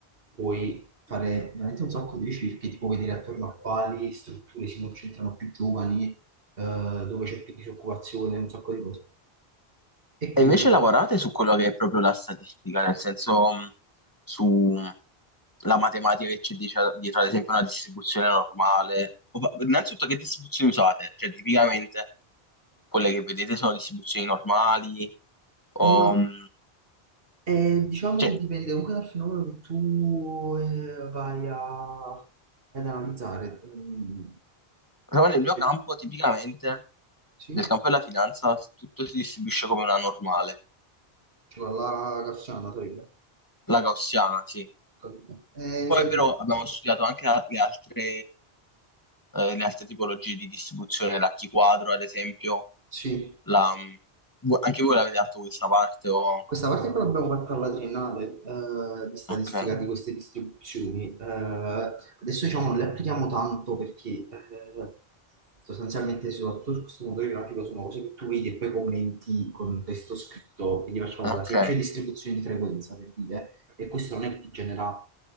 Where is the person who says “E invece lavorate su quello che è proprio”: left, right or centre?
Left